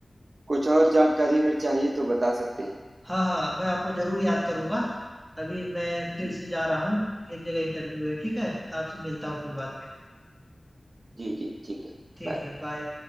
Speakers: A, on the right; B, in the centre.
A: कुछ और जानकारी अगर चाहिए तो बता सकते हैं
B: हाँ, हाँ, मैं आपको ज़रूर याद करूँगा। अभी मैं फिर
A: जी
B: से जा रहा हूँ, एक जगह इंटरव्यू है, ठीक है? आपसे मिलता हूँ फिर बाद में।
A: जी जी जी ठीक है
B: ठीक
A: बाय
B: है, बाय।